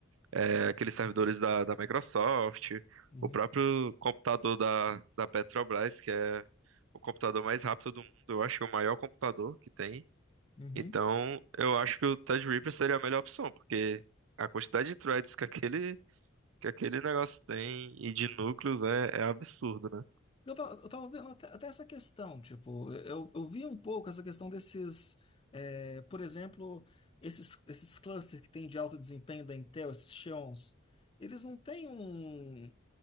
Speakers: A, on the right; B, on the left.
A: é, aqueles servidores da, da Microsoft,
B: Uhum.
A: o próprio computador da, da Petrobras, que é o computador mais rápido do mundo, eu acho que é o maior computador que tem.
B: Uhum.
A: Então, eu acho que o Tide seria a melhor opção, porque a quantidade de threads que aquele, que aquele negócio tem e de núcleos é, é absurdo, né?
B: Eu tava, eu tava vendo até, até essa questão, tipo, eu, eu vi um pouco essa questão desses, é, por exemplo, esses, esses clusters que tem de alto desempenho da Intel, esses Xeons, eles não têm um,